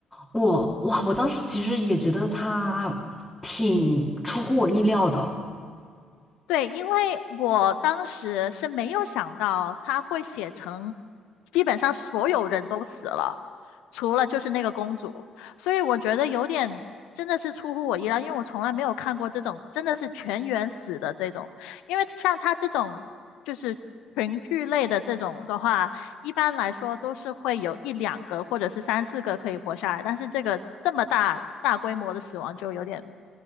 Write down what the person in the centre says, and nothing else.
我哇，我当时其实也觉得他挺出乎我意料的。